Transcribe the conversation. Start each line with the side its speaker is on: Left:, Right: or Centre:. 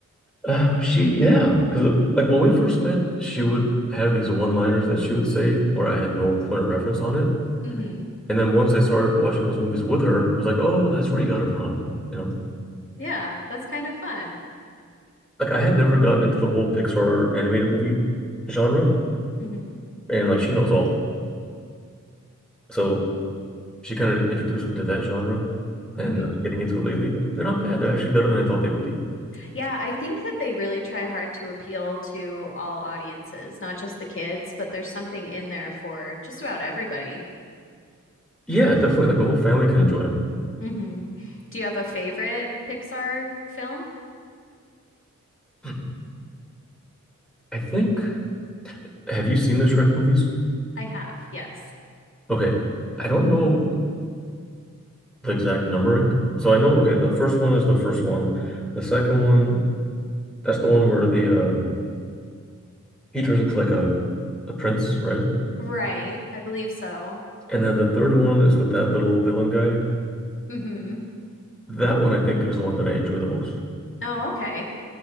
Centre: Um, she, yeah, because like when we first met, she would have these one-liners that she would say where I had no point of reference on it.
Left: hmm
Centre: And then once I started watching those movies with her, it was like, oh, that's where you got it from, you know?
Left: Yeah, that's kind of fun.
Centre: Like I had never gotten into the whole Pixar animated movie genre,
Left: hmm
Centre: and like she knows all of them. So she kind of introduced me to that genre, and
Left: hmm
Centre: I've been getting into it lately. They're not bad. They're actually better than I thought they would be.
Left: Yeah, I think that they really try hard to appeal to all audiences, not just the kids, but there's something in there for just about everybody.
Centre: Yeah, definitely. Like the whole family can enjoy them.
Left: hmm Do you have a favorite Pixar film?
Centre: Mhm. I think, have you seen the Shrek movies?
Left: I have, yes.
Centre: Okay. I don't know the exact numbering. So I know, okay, the first one is the first one. The second one, that's the one where the uh He turns into like a a prince, right?
Left: Right, I believe so.
Centre: And then the third one is with that little villain guy.
Left: hmm
Centre: That one I think is the one that I enjoy the most.
Left: Oh, okay.